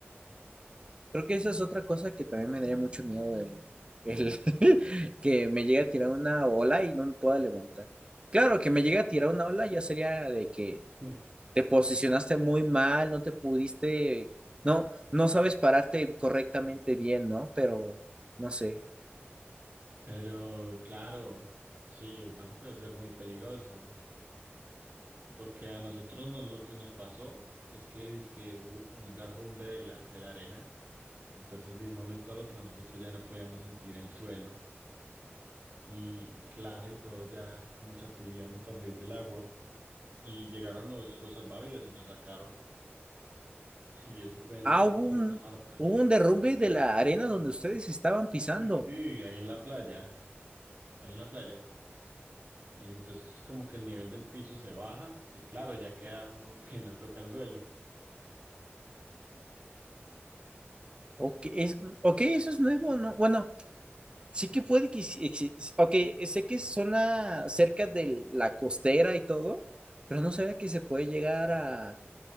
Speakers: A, on the right; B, on the right.
A: Creo que esa es otra cosa que también me daría mucho miedo el, el <laughs> que me llegue a tirar una ola y no me pueda levantar. Claro, que me llegue a tirar una ola ya sería de que
B: <laughs>
A: te posicionaste muy mal, no te pudiste, no, no sabes pararte correctamente bien, ¿no? Pero no sé.
B: Pero claro, sí, el mar puede ser muy peligroso, porque a nosotros nos- lo que nos pasó es que dizque hubo como un derrumbe de la, de la arena, entonces de un momento al otro nosotros ya no podíamos sentir el suelo. y, y Clara y todo ya así como chapuleando para salir del agua. Y llegaron los, los salvavidas y nos sacaron. <laughs> Y eso fue en,
A: Ah,
B: en
A: hubo
B: Santa
A: un,
B: Marta.
A: hubo un derrumbe de la arena donde ustedes estaban pisando.
B: Sí, sí, ahí en la playa, ahí en la playa. Y entonces es como que el nivel del piso se baja y claro, ya queda uno <laughs> que no toca el suelo.
A: Ok, es, ok, eso es nuevo, ¿no? Bueno, sí que puede que... sí exi- Ok, sé que es zona cerca de la costera y todo, pero no sabía que se puede llegar a,